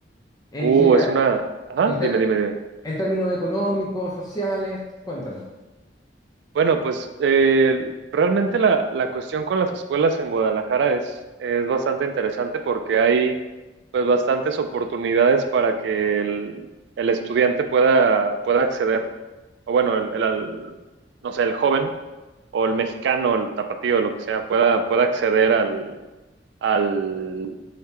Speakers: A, on the left; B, on the right.
A: En
B: Uh,
A: general.
B: es una... Ajá,
A: En, ter-
B: dime, dime, dime.
A: En términos económicos, sociales, cuéntame.
B: Bueno, pues eh, realmente la, la cuestión con las escuelas en Guadalajara es, es bastante interesante porque hay pues bastantes oportunidades para que el, el estudiante pueda, pueda acceder, o bueno, el, el- al- no sé, el joven o el mexicano, el tapatío, lo que sea, pueda, pueda acceder al, al,